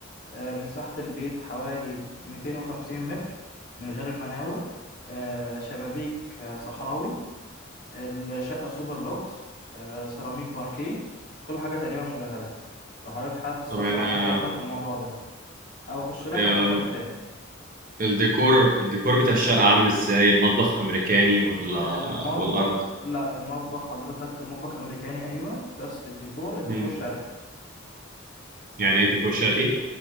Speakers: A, on the left (about 50°); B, on the right (about 45°).
A: آه، مساحة البيت حوالي 250 متر من غير المناور آه، شبابيك آه، صحراوي الشقة سوبر لوكس آه، سيراميك باركيه كل حاجة تقريبا مجهزة لو حضرتك حابب تستفسر
B: طب انا
A: عن حاجة أكتر في الموضوع ده أو أخش لك
B: آم،
A: على الأوفر التاني
B: الديكور الديكور بتاع الشقه عامل ازاي المطبخ امريكاني ولا
A: المطبخ
B: والارض
A: لا المطبخ حضرتك مطبخ أمريكاني أيوة بس الديكور الديكور
B: امم
A: شرقي
B: يعني ايه ديكور شرقي